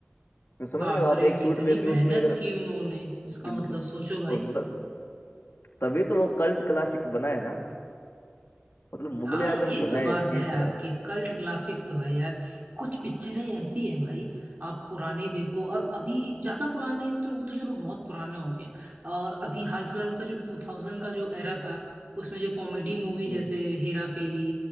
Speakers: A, on the left; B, on the right.
A: तो समझ
B: बाप
A: रहे हो आप
B: रे
A: एक शूट
B: कितनी
A: लेते
B: मेहनत
A: हो उसमें अगर
B: की उन्होंने इसका
A: बिल्कुल
B: मतलब सोचो भाई
A: और त, तभी तो वो कल्ट क्लासिक बना है ना मतलब मुगले
B: हाँ ये
A: आजम तो
B: तो
A: है
B: बात
A: एक
B: है
A: चीज
B: आपकी
A: है
B: कल्ट क्लासिक तो है यार कुछ पिक्चरें ऐसी हैं भाई आप पुराने देखो और अभी ज्यादा पुराने तो वो तो चलो बहुत पुराने हो गए और अभी हाल फिलहाल का जो 2000 का जो एरा था उसमें जो कॉमेडी मूवी
A: हम्म
B: जैसे हेरा फेरी